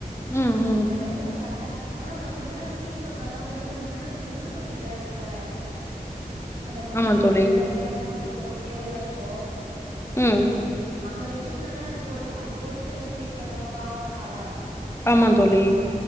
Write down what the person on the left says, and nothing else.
ம் ம்
ஆமா
தோழி
ம்
ஆமாந் தோழி